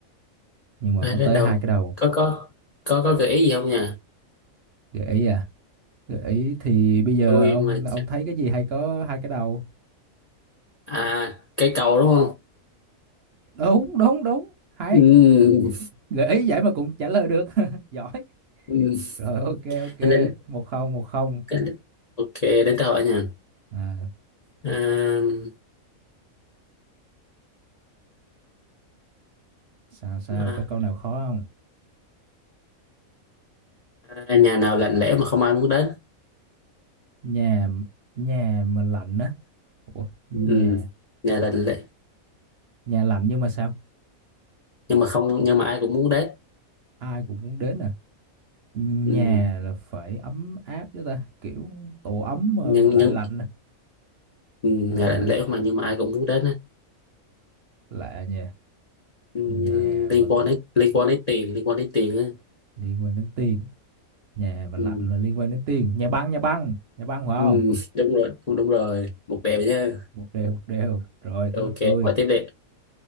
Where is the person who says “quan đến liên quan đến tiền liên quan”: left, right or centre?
Left